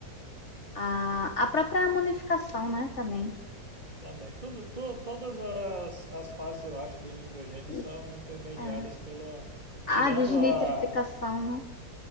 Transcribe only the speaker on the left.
a, a própria amonificação, né, também.
Isso.
É.
A
desnitrificação,
né?